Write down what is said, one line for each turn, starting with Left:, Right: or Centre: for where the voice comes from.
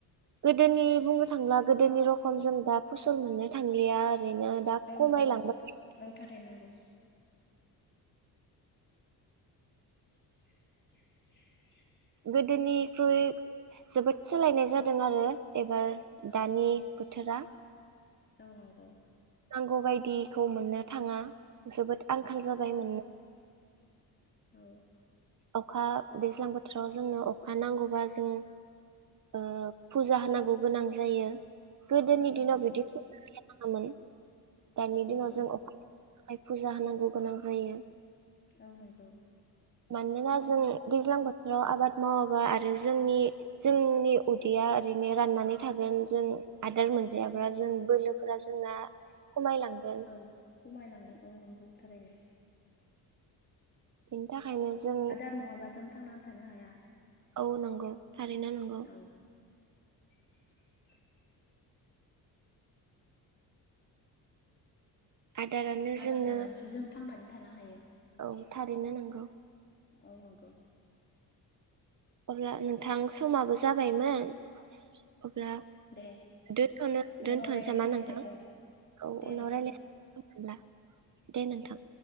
Right: गोदोनि बुं थांला गोदोनि रखम जों दा फसल मोननो थांलिया। ओरैनो दा
Left: औ
Right: खमायलांबाय
Left: नंगौ औ थ <unintelligible> <inaudible>
Right: गोदोनिख्रुय जोबोद सोलायनाय जादों आरो। एबार
Left: औ
Right: दानि बोथोरा।
Left: औ नंगौ
Right: नांगौ बायदिखौ मोननो थाङा जोबोद आंखाल जाबाय मोननो <inaudible>
Left: औ
Right: अखा दैज्लां बोथोराव जोंनो अखा नांगौबा जों ओ फुजा होनांगौ गोनां जायो। गोदोनि
Left: औ
Right: दिनाव
Left: नंगौ
Right: बिदिखौ <unintelligible> दाानि
Left: औ
Right: दिनाव
Left: नंगौ
Right: जों अखा थाखाय फुजा होनांगौ गोनां जायो।
Left: औ नंगौ
Right: मानोना जों दैज्लां बो थोराव आबाद मावाबा आरो जोंनि जोंनि उदैया ओरैनो राननानै थागोन जों आदार मोनजायाब्ला जों बोलोफोरा जोंना खमायलांगोन
Left: औ खमायलांगोन औ नंगौ थारैनो
Right: बेनि थाखायनो जों
Left: आदाद नङाबा जों थांना थानो हाया
Right: औ नंगौ थारैनो नंगौ।
Left: औ <inaudible>
Right: आदारानो
Left: आदार
Right: जोंनो
Left: जानानैसो जों थांनानै थानो हायो।
Right: औ थारैनो नोंगौ।
Left: औ नोंगौ।
Right: अब्ला नोंथां समाबो जाबायमोन। अब्ला
Left: दे
Right: दनथ'नो दोनथ'सै
Left: उनाव रायज्लायसिगोन
Right: मा नोंथां
Left: दे औ
Right: औ
Left: दे
Right: उनाव
Left: नों
Right: रायलाय <unintelligible> दे नोंथां